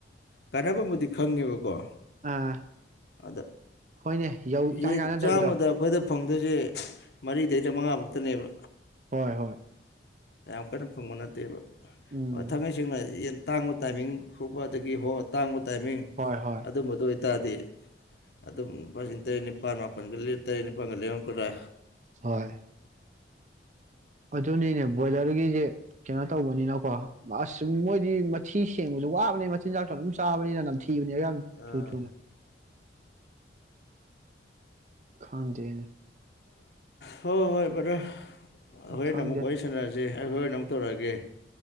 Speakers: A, on the left (about 65°); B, on the right (about 40°).
A: ꯀꯥꯟꯅꯕꯕꯨꯗꯤ ꯈꯪꯉꯦꯕꯀꯣ
B: ꯑꯥ
A: ꯑꯗ
B: ꯍꯣꯏꯅꯦ ꯌꯧ ꯏꯀꯥꯟ
A: ꯌꯦꯟ
B: ꯀꯥꯟꯅꯗꯕꯤꯗꯣ
A: ꯆꯥꯝꯃꯗ ꯑꯩꯈꯣꯏꯗ ꯐꯪꯗꯣꯏꯁꯦ ꯃꯔꯤꯗꯩ ꯆꯃꯉꯥꯃꯨꯛꯇꯅꯦꯕ
B: ꯍꯣꯏ ꯍꯣꯏ
A: ꯌꯥꯝ ꯀꯟꯅ ꯐꯪꯕ ꯅꯠ ꯇꯦꯕ
B: ꯎꯝ
A: ꯊꯥꯡꯉꯩ ꯁꯦꯡꯅ ꯌꯦꯟ ꯇꯥꯡꯕ ꯇꯥꯏꯃꯤꯡ ꯍꯨꯄ ꯑꯗꯒꯤ ꯍꯣ ꯇꯥꯡꯕ ꯇꯥꯏꯃꯤꯡ
B: ꯍꯣꯏ ꯍꯣꯏ
A: ꯑꯗꯨꯝꯕꯗꯣ ꯑꯣꯏ ꯇꯥꯔꯗꯤ ꯑꯗꯨꯝ ꯂꯨꯄꯥꯁꯤꯡ ꯇꯔꯦꯠ ꯅꯤꯄꯥꯜ ꯃꯥꯄꯜꯒ ꯇꯔꯦꯠ ꯅꯤꯄꯥꯜꯒ ꯂꯦꯝꯃꯛꯀꯗ꯭ꯔꯥ
B: ꯍꯣꯏ ꯑꯗꯨꯅꯤꯅꯦ ꯕꯣꯏꯂꯔꯒꯤꯁꯦ ꯀꯩꯅꯣ ꯇꯧꯕꯅꯤꯅ ꯀꯣ ꯑꯁ ꯃꯣꯏꯗꯤ ꯃꯊꯤ ꯊꯦꯡꯕꯁꯨ ꯋꯥꯕꯅꯦ ꯃꯆꯤꯟꯖꯥꯛꯣ ꯑꯗꯨꯝ ꯆꯥꯕꯅꯤꯅ ꯅꯝ ꯊ ꯊꯤꯅꯦ ꯌꯥꯝ
A: ꯑꯥ
B: ꯊꯨꯅ ꯊꯨꯅ ꯈꯥꯡꯗꯦ
A: ꯍꯣꯏ ꯍꯣꯏ ꯕꯗꯣ ꯍꯣꯔꯦꯟ
B: ꯈꯪꯗꯦ
A: ꯑꯃꯨꯛ ꯋꯥꯔꯤ ꯁꯥꯟꯅꯔꯁꯦ ꯑꯩ ꯍꯣꯔꯦꯟ ꯑꯃꯨꯛ ꯇꯧꯔꯛꯑꯒꯦ